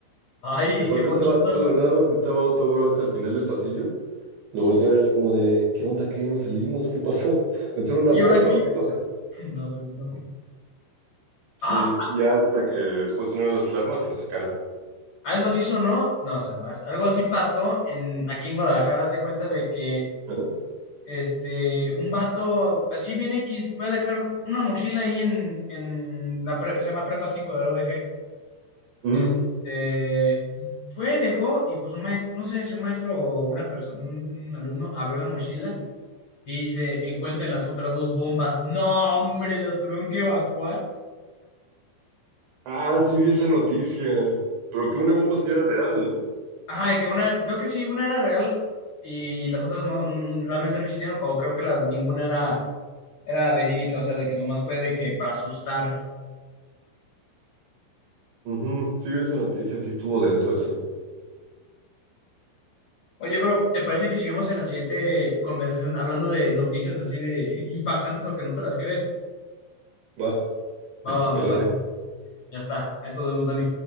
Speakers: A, on the left; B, on the right.
A: Ay,
B: Y aparte
A: qué bonito.
B: estaba solo, nada más estaba otro bro hasta el final del pasillo. Lo volteé a ver así como de, ¿qué onda? ¿Qué? ¿Nos salimos? ¿Qué pasó? <laughs> entró una
A: ¿Y
B: bomba
A: ahora qué?
B: o qué pasó?
A: <laughs> Una bomba. Ah,
B: Sí, ya hasta que después sonaron las alarmas y nos sacaron.
A: algo así sonó. No, o sea, as- algo así pasó en, aquí en Guadalajara. Haz de cuenta de que
B: ¿Ah?
A: este, un vato, así bien X, fue a dejar una mochila ahí en, en la pre- se llama Prepa cinco de la UDG.
B: Mm,
A: Este, fue, dejó, y pues un maestro, no sé si un maestro o una persona, un alumno abrió la mochila y se encuentran las otras dos bombas. No, hombre, las tuvieron que evacuar.
B: Ah, sí vi esa noticia. Pero que una bomba sí era real, ¿no?
A: Ah, que una, creo que sí, una era real y las otras no, mm, realmente no existieron, o creo que la, ninguna era, era verídica, o sea, de que nomás fue de que para asustar.
B: ujú, sí, vi esa noticia, sí estuvo denso eso.
A: Oye, bro, ¿te parece que sigamos en la siguiente conversación hablando de noticias así de <laughs> impactantes o que no te las crees?
B: Va,
A: Va, va, me
B: me late.
A: parece. Ya está. Ahí todo vemos, Dani.